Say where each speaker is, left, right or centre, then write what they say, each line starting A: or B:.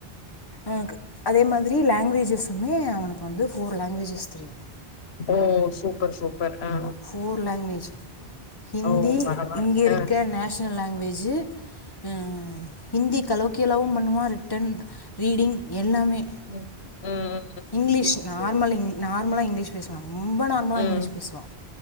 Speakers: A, on the left; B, on the left.
A: ம் அதே மாரி லாங்குவேஜஸுமே அவனுக்கு வந்து ஃபோர் லாங்குவவேஜஸ் தெரியும்
B: ஓ சூப்பர் சூப் பர் ஆ
A: ஃப்போர் லாங்குவேஜ் ஹிந்தி
B: ஓ பரவால்ல
A: இங்க இருக்க
B: ஆ
A: நேஷ்னல் லாங்குவேஜூ ம் ம் ம் ஹிந்தி கலோக்கியலாவும் பண்ணுவான் ரிட்டன் ரீடிங் எல்லாமே
B: ம் ம் ம்
A: இங்கிலீஷ்
B: சேரி
A: நார்மல்
B: சேரி
A: நார்மலா இங்கிலீஷ் பேசுவான் ரொம்ப நார்மலா
B: ம்
A: இங்கிலீஷ் பேசுவான்